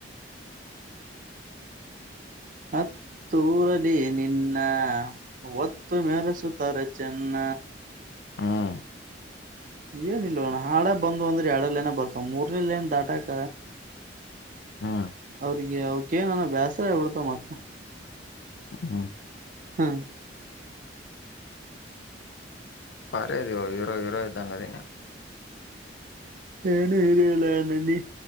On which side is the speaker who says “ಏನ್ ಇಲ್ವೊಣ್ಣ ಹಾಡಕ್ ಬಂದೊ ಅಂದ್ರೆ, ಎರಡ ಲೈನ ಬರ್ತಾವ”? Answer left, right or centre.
Right